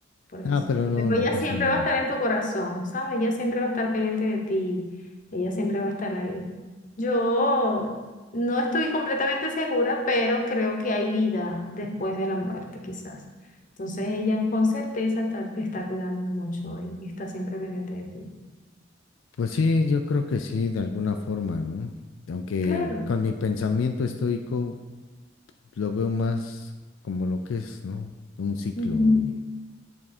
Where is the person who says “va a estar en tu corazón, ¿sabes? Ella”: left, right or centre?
Left